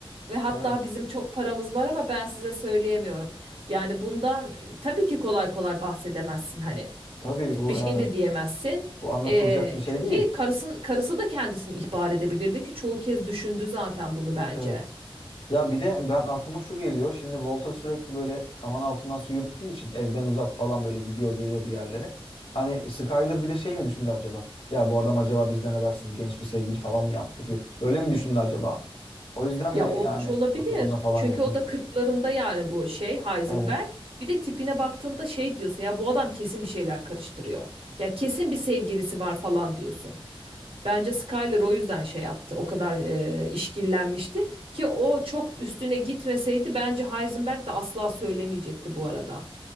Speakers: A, on the right; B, on the left.
A: ve hatta
B: evet.
A: bizim çok paramız var ama ben size söyleyemiyorum. Yani bundan e, tabii ki kolay kolay bahsedemezsin hani
B: Tabii bu
A: bir şey
B: yani
A: de diyemezsin.
B: bu anlatılacak
A: E,
B: bir şey
A: çünkü
B: değil.
A: karısın, karısı da kendisini ihbar edebilirdi ki çoğu kez düşündü zaten bunu bence.
B: Evet. Ya bir de ben aklıma şu geliyor. Şimdi Walter sürekli böyle saman altından su yürüttüğü için evden uzak falan böyle gidiyor geliyor bir yerlere. Hani Skyler bir de şey mi düşündü acaba? Ya bu adam acaba bizden habersiz genç bir sevgili falan mı yaptı gibi. Öyle mi düşündü acaba? O yüzden
A: Ya
B: mi
A: olmuş
B: yani
A: olabilir.
B: patronuna falan
A: Çünkü
B: yakınlaştı?
A: o da 40'larında yani bu şey Heisenberg.
B: Evet.
A: Bir de tipine baktığında şey diyorsun ya bu adam kesin bir şeyler karıştırıyor. Ya kesin bir sevgilisi var falan diyorsun. Bence Skyler o yüzden şey yaptı. O kadar e, işkillenmişti ki o çok üstüne gitmeseydi bence Heisenberg de asla söylemeyecekti bu arada.